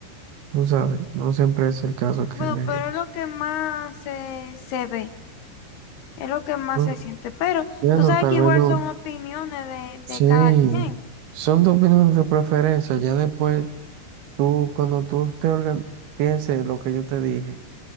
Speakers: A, on the right; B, on the left.
A: Tú sabes, no siempre es el caso que
B: Bueno,
A: de
B: pero
A: hecho.
B: es lo que más se, se ve, es lo que más
A: No,
B: se siente. Pero
A: Bueno,
B: tú sabes
A: tal
B: que igual
A: vez no.
B: son opiniones de, de
A: Sí,
B: cada quien.
A: son tus opiniones de preferencia. Ya después, tú, cuando tú te organ- pienses lo que yo te dije,